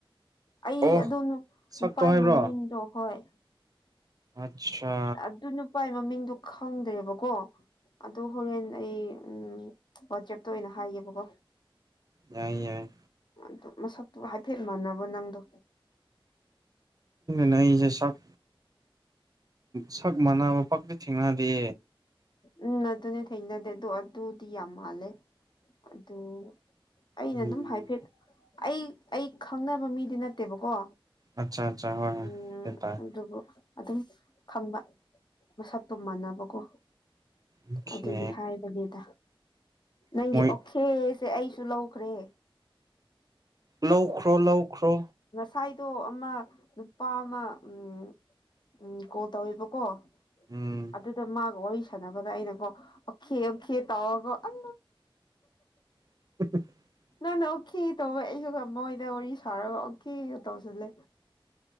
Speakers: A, on the left; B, on the right.
A: ꯑꯩ
B: ꯑꯣ
A: ꯑꯗꯨꯝ
B: ꯁꯛꯇꯣ
A: ꯅꯨꯄꯥ
B: ꯍꯥꯏꯕ꯭ꯔꯣ
A: ꯃꯃꯤꯡꯗꯣ ꯍꯣꯏ
B: ꯑꯠꯁꯥ
A: ꯑꯗꯨ ꯅꯨꯄꯥꯒꯤ ꯃꯃꯤꯡꯗꯣ ꯈꯪꯗ꯭ꯔꯦꯕꯀꯣ ꯑꯗꯨ ꯍꯣꯔꯦꯟ ꯑꯩ ꯎꯝ ꯋꯥꯆꯦꯞꯇ ꯑꯣꯏꯅ ꯍꯥꯏꯒꯦꯕꯀꯣ
B: ꯌꯥꯏ ꯌꯥꯏ
A: ꯑꯗꯨ ꯃꯁꯛꯇꯨ ꯍꯥꯏꯐꯦꯠ ꯃꯥꯟꯅꯕ ꯅꯪꯗꯣ
B: ꯅꯁꯦ ꯁꯛ ꯁꯛ ꯃꯥꯟꯅꯕ ꯄꯥꯛꯇꯤ ꯊꯦꯡꯅꯗꯦ
A: ꯎꯝ ꯑꯗꯨꯅꯦ ꯊꯦꯡꯅꯗꯦ ꯑꯗꯨ ꯑꯗꯨꯗꯤ ꯌꯥꯝ ꯃꯥꯜꯂꯦ ꯑꯗꯨ ꯑꯩꯅ
B: ꯎꯝ
A: ꯑꯗꯨꯝ ꯍꯥꯏꯐꯦꯠ ꯑꯩ ꯑꯩ ꯈꯪꯅꯕ ꯃꯤꯗꯤ ꯅꯠꯇꯦꯕꯀꯣ
B: ꯑꯠꯆꯥ ꯑꯠꯆꯥ ꯍꯣꯏ ꯍꯣꯏ
A: ꯎꯝ
B: ꯒ꯭ꯌꯥꯟ ꯇꯥꯔꯦ
A: ꯑꯗꯨꯕꯨ ꯑꯗꯨꯝ ꯈꯪꯕ ꯃꯁꯛꯇꯣ ꯃꯥꯟꯅꯕꯀꯣ
B: ꯑꯣꯈꯦ
A: ꯑꯗꯨꯒꯤ ꯍꯥꯏꯕꯅꯦꯗ ꯅꯪꯒꯤ
B: ꯃꯣꯏ
A: ꯑꯣꯈꯦꯁꯦ ꯑꯩ ꯇꯨꯍꯧꯈ꯭ꯔꯦ
B: ꯂꯧꯈ꯭ꯔꯣ ꯂꯧꯈ꯭ꯔꯣ
A: ꯁꯥꯏꯗꯣ ꯑꯃ ꯅꯨꯄꯥ ꯑꯃ ꯎ ꯎꯝ ꯀꯣꯜ ꯇꯧꯋꯦꯕꯀꯣ
B: ꯎꯝ
A: ꯑꯗꯨꯗ ꯃꯥꯒ ꯍꯣꯏꯁ ꯁꯥꯟꯅꯕꯗ ꯑꯩꯅꯀꯣ ꯑꯣꯈꯦ ꯑꯣꯛꯈꯦ ꯇꯧꯔꯒꯣ ꯑ
B: <inaudible>
A: ꯉꯥꯟꯗ ꯑꯣꯀꯦ ꯇꯧꯋꯦ ꯑꯩꯁꯨ ꯃꯣꯏꯗ ꯋꯥꯔꯤ ꯁꯥꯔꯒ ꯑꯣꯀꯦꯒ ꯇꯧꯁꯤꯜꯂꯦ